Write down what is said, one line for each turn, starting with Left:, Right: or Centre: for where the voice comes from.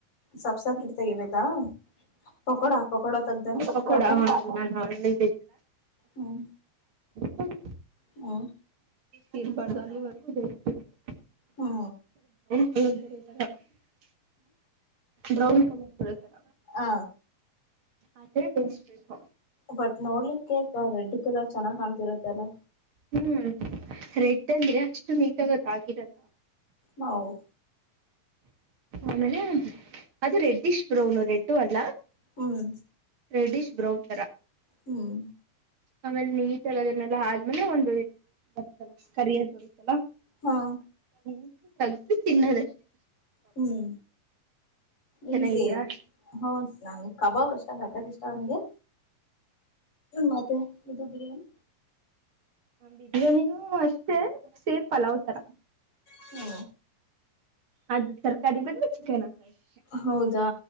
Left: ಸಫ ಸಫ್ರೀಟ್ ತೆಗಿಬೇಕಾ ಪಕೋಡ ಪಕೋಡ ತಗ್ದಂ
Right: ಪಕೋಡ
Left: ಕರ್ದಂ
Right: ನಾನು ಹಳ್ಳಿ
Left: ಹ್ಮ
Right: ಪಡಿ
Left: ಹ್ಮ
Right: ತಿರ್ಬಾರ್ದ ಅಲಿ ಎಲ್ಲಿದೆ ಹಓ <unintelligible>
Left: ಹಾ
Right: ಹ ಬರಿ ತರ <unintelligible> ಬ್ರೌನ್ ಕಲರ್ ಬರೋ ತರ
Left: ಹ
Right: ಆತರ ಬೇಯಿಸ್ಬೇಕು
Left: ಬಟ್ ನೋಡ್ಲಿಕ್ಕೆ ರೆಡ್ ಕಲರ್ ಚೆನ್ನಾಗಿ ಕಾಣ್ತಿರುತ್ತೆಲ್ಲ
Right: ಹ್ಮ್ರ ರೆಡ್ ಅಂದ್ರೆ ಅಷ್ಟು ನೀ ತಗದಾಗಿರಲ್ಲ
Left: ನಾವು
Right: ಆಮೇಲೆ ಅದು ರೆಡ್ಡಿಶ್ ಬ್ರೌನು ರೆಡ್ಡು ಅಲ್ಲ
Left: ಹ್ಮ್
Right: ರೆಡಿಶ್ ಬ್ರೌನ್ ತರಾ
Left: ಹ್ಮ್
Right: ಆಮೇಲೆ ನೀಟ ಎಲ್ಲ ಅದನ್ನೆಲ್ಲ ಆದ್ಮೇಲೆ ಒಂದು ಇದು ಬರುತ್ತಲ್ಲ ಕರಿಯದ್ ಬರುತ್ತಲ್ಲಾ
Left: ಹಾ
Right: ಹ್ಮ ತಗುದು ತಿನ್ನದಷ್ಟೇ
Left: ಹ್ಮ್
Right: ಚೆನ್ನಾಗಿದ್ಯಾ
Left: ಈ ಹೌ ನಾನ್ ಕಬಾಬ್ ಇಷ್ಟ ಸಾಕಷ್ಟ ನ್ಗೆ ಮತ್ತೆ ಇದು ಬಿರಿಯಾನಿ
Right: ಬಿರಿಯಾನಿನೂ ಅಷ್ಟೇ ಸೇಮ್ ಪಲಾವ್ ತರ
Left: ಹ್ಮ
Right: ಅದ ತರಕಾರಿನಲ್ಲಿ ಚಿಕನ್ ಹಾಕದು ಅಷ್ಟೇ.
Left: ಹೌದಾ